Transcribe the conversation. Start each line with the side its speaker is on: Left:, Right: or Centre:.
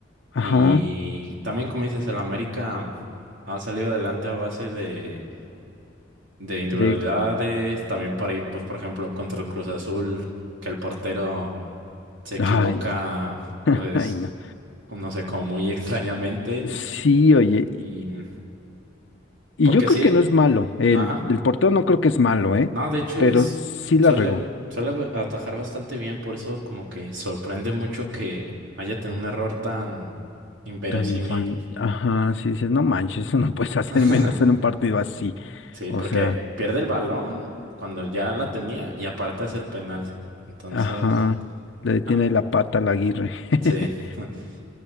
Left: ajá,
Right: y también como dices, el América ha salido adelante a base de, de individualidades,
Left: de,
Right: también por ahí, pues por ejemplo, contra el Cruz Azul, que el portero se equivoca,
Left: ay, no, <laughs>
Right: pues
Left: ay, no.
Right: no sé, como muy extrañamente.
Left: Sí, oye,
Right: Y
Left: Y
Right: porque
Left: yo creo
Right: sí,
Left: que no es malo. El,
Right: ajá.
Left: el portero no creo que es malo, ¿eh?
Right: No, de hecho
Left: Pero
Right: es,
Left: sí la
Right: suele,
Left: regó.
Right: suele atajar bastante bien, por eso como que sorprende mucho que haya tenido un error tan inverosímil.
Left: Tan infan. Ajá, sí dices, no manches, eso no puedes
Right: <laughs>
Left: hacer y menos en un partido así.
Right: Sí,
Left: O
Right: porque
Left: sea,
Right: pierde el balón cuando ya la tenía y aparte es el penal. Entonces,
Left: ajá. Le detiene
Right: ah,
Left: ahí la pata a la Aguirre. <laughs>
Right: sí. <laughs>